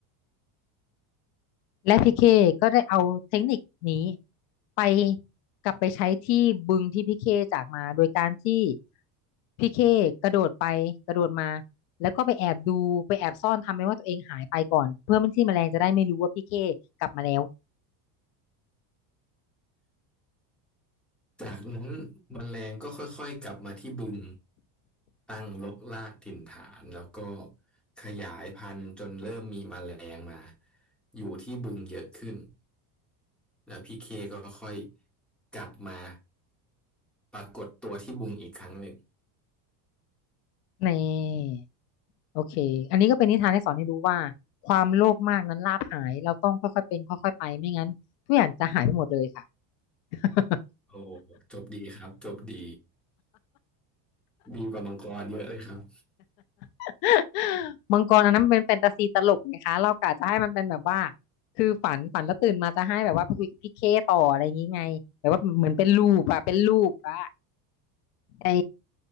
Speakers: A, on the left; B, in the centre.
A: และพีเคก็ได้เอาเทคนิคนี้ไปกลับไปใช้ที่บึงที่พีเคจากมาโดยการที่พีเคกระโดดไปกระโดดมาแล้วก็ไปแอบดูไปแอบซ่อนทำเป็นว่าตัวเองหายไปก่อนเพื่อมันที่แมลงจะได้ไม่รู้ว่าพีเคกลับมาแล้ว
B: จากนั้นแมลงก็ค่อยๆกลับมาที่บึงตั้งรกรากถิ่นฐานแล้วก็ขยายพันธุ์จนเริ่มมีแมลงมาอยู่ที่บึงเยอะขึ้นแล้วพี่เคก็ค่อยกลับมาปรากฏตัวที่บึงอีกครั้งหนึ่ง
A: นี่โอเคอันนี้ก็เป็นนิทานที่สอนให้รู้ว่าความโลภมากนั้นลาภหายเราต้องค่อยๆเป็นค่อยๆไปไม่งั้นทุกอย่างจะหายไปหมดเลยค่ะ <laughs>
B: โอ้ จบดีครับ จบดีดีกว่ามังกรเยอะเลยครับ
A: <laughs> มังกรอันนั้นมันเป็นแฟนตาซีตลกไงคะเรากะจะให้มันเป็นแบบว่าคือฝันฝันแล้วตื่นมาจะให้แบบว่าไปคุยกับพี่เคต่ออะไรอย่างงี้ไงแบบว่าเหมือนเป็นลูปอะเป็นลูปอะไอ้